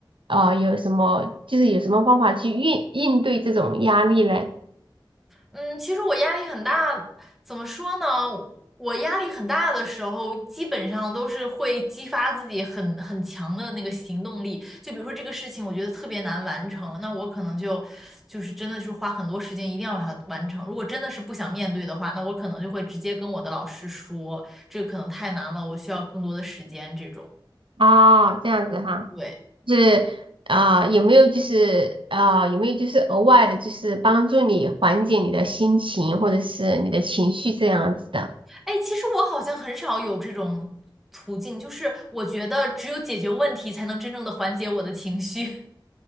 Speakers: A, on the right; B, in the centre.
A: 呃有什么就是有什么方法去应应对这种压力嘞？
B: 嗯，其实我压力很大，怎么说呢？我压力很大的时候，基本上都是会激发自己很很强的那个行动力。就比如说这个事情，我觉得特别难完成，那我可能就就是真的是花很多时间，一定要把它完成。如果真的是不想面对的话，那我可能就会直接跟我的老师说，这个可能太难了，我需要更多的时间。这种，
A: 啊，这样子哈。
B: 对。
A: 就是啊、有没有就是啊、有没有就是额外的，就是帮助你缓解你的心情或者是你的情绪这样子的？
B: 哎，其实我好像很少有这种途径，就是我觉得只有解决问题才能真正的缓解我的情绪。<laughs>